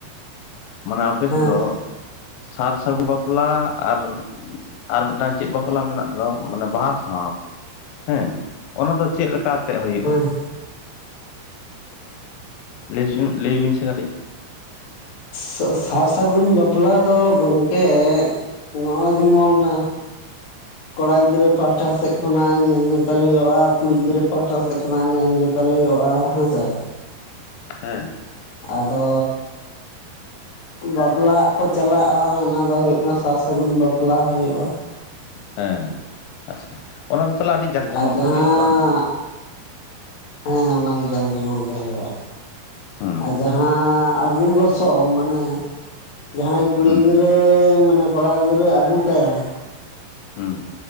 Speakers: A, on the left (about 85°); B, on the left (about 60°).
A: ᱢᱟᱱᱮ ᱟᱯᱮ
B: ᱦᱮᱸ
A: ᱥᱮᱫ ᱫᱚ ᱥᱟᱨ ᱥᱟᱜᱩ ᱵᱟᱯᱞᱟ ᱟᱨ ᱟᱨ ᱢᱤᱫᱴᱟᱝ ᱪᱮᱫ ᱵᱟᱯᱞᱟ ᱢᱮᱱᱟᱜ ᱫᱚ ᱢᱟᱱᱮ ᱵᱟᱦᱟᱸ ᱥᱟᱶ ᱦᱮᱸ ᱚᱱᱟ ᱫᱚ ᱪᱮᱫ ᱞᱮᱠᱟ ᱠᱟᱛᱮᱫ ᱦᱳᱭᱳᱜᱼᱟ
B: ᱦᱮᱸ
A: ᱞᱟᱹᱭ ᱥᱩᱢᱚᱭ ᱞᱟᱹᱭ ᱵᱤᱱ ᱥᱮ ᱠᱟᱹᱴᱤᱡ
B: ᱥᱟᱹ ᱥᱟᱨ ᱥᱟᱹᱜᱩᱱ ᱵᱟᱯᱞᱟ ᱫᱚ ᱜᱚᱝᱠᱮ ᱱᱚᱜᱼᱚᱭ ᱡᱮᱢᱚᱱ ᱚᱱᱟ ᱠᱚᱲᱟ ᱜᱤᱫᱽᱨᱟᱹ ᱯᱟᱦᱟᱴᱟ ᱥᱮᱫ ᱠᱷᱚᱱᱟᱜ ᱧᱮᱞ ᱧᱮᱯᱮᱞ ᱦᱳᱭᱳᱜᱼᱟ, ᱠᱩᱲᱤ ᱜᱤᱫᱽᱨᱟᱹ ᱯᱟᱦᱟᱴᱟ ᱥᱮᱫ ᱠᱷᱚᱱᱟᱜ ᱧᱮᱞ ᱧᱮᱯ ᱯᱮᱞ ᱦᱳᱭᱳᱜᱼᱟ ᱦᱮᱸ ᱥᱮ
A: ᱦᱮᱸ᱾
B: ᱟᱫᱚᱻ ᱵᱟᱯᱞᱟᱜ ᱠᱚ ᱪᱟᱞᱟᱜᱼᱟ ᱚᱱᱟ ᱫᱚ ᱦᱩᱭᱩᱜ ᱠᱟᱱᱟ ᱥᱟᱨ ᱥᱟᱹᱜᱩᱱ ᱵᱟᱯᱞᱟ ᱦᱩᱭᱩᱜᱼᱟ
A: ᱦᱮᱸ ᱟᱪᱪᱷᱟ ᱚᱱᱟ ᱫᱚ ᱛᱟᱦᱞᱮ ᱟᱹᱰᱤ ᱡᱟᱠ ᱡᱚᱢᱚᱠ
B: ᱟᱨ ᱡᱟᱦᱟᱸ
A: ᱜᱮ ᱦᱩᱭᱩᱜᱼᱟ ᱵᱟᱝ ᱜᱳ
B: ᱦᱮᱸ ᱚᱱᱟ ᱫᱚ ᱡᱟᱠ ᱡᱚᱢᱚᱠ ᱜᱮ ᱦᱳᱭᱳᱜᱼᱟ,
A: ᱦᱩᱸ
B: ᱟᱨ ᱡᱟᱦᱟᱸ ᱟᱹᱜᱩ ᱜᱚᱥ ᱥᱚ ᱢᱟᱱᱮ ᱡᱟᱦᱟᱸᱭ ᱠᱩᱲᱤ
A: ᱦᱩᱸ
B: ᱜᱤᱫᱽᱨᱟᱹ ᱢᱟᱱᱮ ᱠᱚᱲᱟ ᱜᱤᱫᱽᱨᱟᱹ ᱟᱹᱜᱩ ᱠᱟᱭᱟᱭ,
A: ᱦᱩᱸ